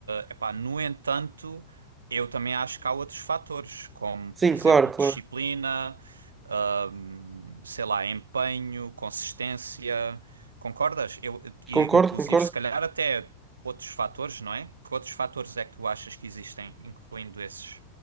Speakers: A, on the right; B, on the right.
A: é pá, no entanto, eu também acho que há outros fatores, como, por
B: Sim,
A: exemplo,
B: claro, claro.
A: disciplina, ah, sei lá, empenho, consistência, concordas? Eu, e,
B: Concordo,
A: inclusive,
B: concordo.
A: se calhar até outros fatores, não é? Que outros fatores é que tu achas que existem, incluindo esses?